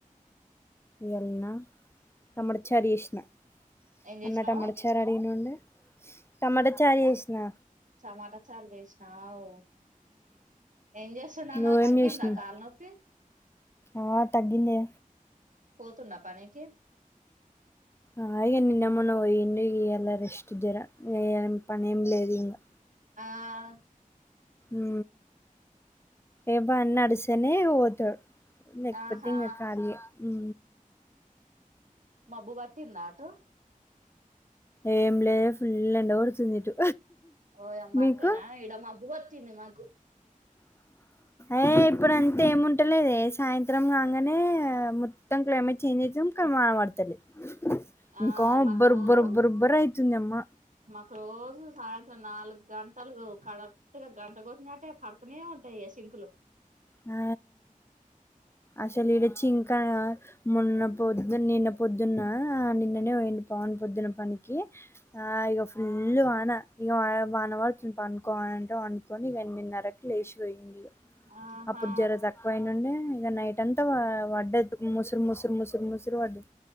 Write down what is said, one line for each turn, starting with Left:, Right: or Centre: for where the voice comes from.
Left: నిన్న టమాటా చారు చేసిన
Right: ఏం చేసినావు
Left: అన్న టమాటా చారు అడిగినుండు టమాటా చారు చేసినా
Right: టమాటా చారు చేసినావు ఏం చేస్తుండు అన్న
Left: నువ్వేం
Right: తగ్గిందా
Left: చేసినవ్
Right: కాళ నొప్పి
Left: ఆ తగ్గిందే
Right: పోతున్నా పనికి
Left: ఆ ఏం తిన్నావు మొన్న పోయిండి ఈయలా రెస్ట్ జర ఏం పని ఏం లేదు ఇంకా
Right: ఆ
Left: ఉ ఏబ అన్న అడుసనే పోతాడు లేకపోతే
Right: ఆహా
Left: ఇంక చాలే ఉ
Right: మబ్బు పట్టిందా అటు
Left: ఏమ్ల ఫుల్ ఎండ కొడుతుంది ఇటు
Right: ఓయమ్మ
Left: మీకు
Right: అంతేనా ఈడ మబ్బుగా వచ్చింది మాకు
Left: ఏయ్ ఇప్పుడు అంటే ఏముంటలేదే సాయంత్రం కాంగనే మొత్తం క్లైమేట్ చేంజ్ చేసాం కా వాన పడతలేదు
Right: ఆ
Left: ఇంకా ఒబ్బరుబ్బరుబ్బరబ్బరు
Right: మాకు
Left: అయితుంది అమ్మ
Right: మాకు రోజు సాయంత్రం నాలుగు గంటలకు కడ ఇగ గంట కొట్టినట్టే పడతనే ఉంటాయా సినుకులు
Left: ఆ అసలే ఈడ చింకా మొన్న పొద్దున్నీ నిన్న పొద్దున్న ఆ నిన్ననే పోయింది పవన్ పొద్దున పనికి కీ ఆ ఇక ఫుల్ వాన ఇక వ వన్ అవర్ తి పనుకో అనుకొ అంటే ఇక పనుకొని ఎనిమిదిన్నరకి లేచిపోయింది ఇగ
Right: ఆహా
Left: అప్పుడు జ్వర తక్కువయినుండుండే ఇక నైటంతా వ వడ్డదు ముసురు ముసురు ముసురు ముసురు వడ్డది